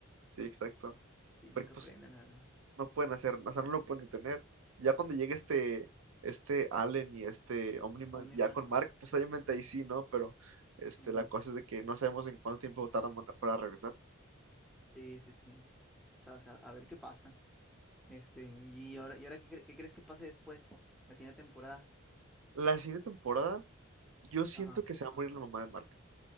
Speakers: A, on the right; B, in the centre.
A: Sí, exacto.
B: Sí, nunca
A: Porque pues
B: aprende, la verdad.
A: no pueden hacer, o sea, no lo pueden detener. Ya cuando llegue este, este Allen y este Omniman,
B: Omniman.
A: ya con Mark, pues obviamente ahí sí, ¿no? Pero este,
B: Ajá.
A: la cosa es de que no sabemos en cuánto tiempo tardan para para regresar.
B: Sí, sí, sí. O sea, o sea, a ver qué pasa. Este, y ahora, y ahora qué, cre- qué crees que pase después? La siguiente temporada.
A: La siguiente temporada, yo siento
B: Ajá.
A: que se va a morir la mamá de Mark.